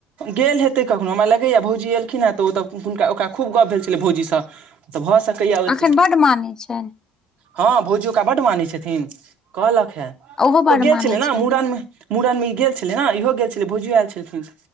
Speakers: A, on the right; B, on the left.
A: गेल हेतै कखनो हमरा लगैए भौजी एलखिन हेँ तऽ ओ तऽ हुनका ओकरा खूब गप भेल छलै भौजीसँ। त भऽ सकैये ओतै।
B: अखन बड्ड मानै छनि
A: हँ भौजी ओकरा बड मानै छथिन कहलक हे,
B: ओहो
A: ओ
B: बड्ड
A: गेल
B: मानै
A: छलै ने
B: छनि
A: मूड़न मे। मुड़नमे ई गेल छलै ने इहो गेल छलै भोजियो आयल छलखिन।